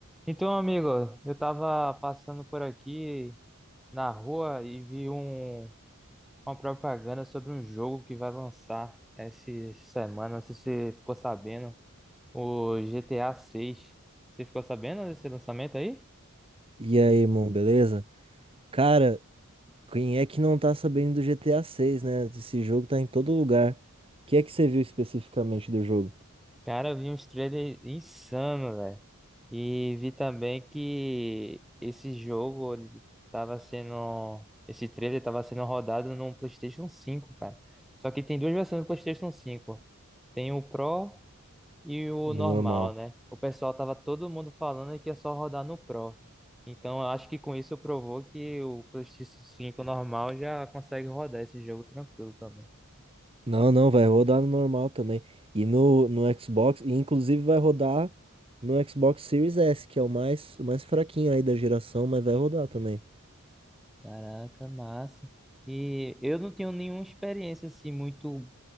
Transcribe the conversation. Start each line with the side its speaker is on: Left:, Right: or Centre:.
Centre: Então, amigo, eu tava passando por aqui na rua e vi um, uma propaganda sobre um jogo que vai lançar essa semana. Não sei se você ficou sabendo, o GTA 6. Você ficou sabendo desse lançamento aí?
Right: E aí, irmão, beleza? Cara, quem é que não tá sabendo do GTA 6, né? Esse jogo tá em todo lugar. O que é que você viu especificamente do jogo?
Centre: Cara, eu vi uns trailers insano, velho. E vi também que esse jogo ele tava sendo. Esse trailer tava sendo rodado no PlayStation cinco, cara. Só que tem duas versões do PlayStation cinco. Tem o Pro E o
Right: De
Centre: normal,
Right: normal.
Centre: né? O pessoal tava todo mundo falando que é só rodar no Pro. Então, eu acho que com isso provou que o PlayStation cinco normal já consegue rodar esse jogo tranquilo também.
Right: Não, não, vai rodar no normal também. E no, no Xbox, e inclusive vai rodar no Xbox Series S, que é o mais, o mais fraquinho aí da geração, mas vai rodar também.
Centre: Caraca, massa. E eu não tenho nenhuma experiência assim muito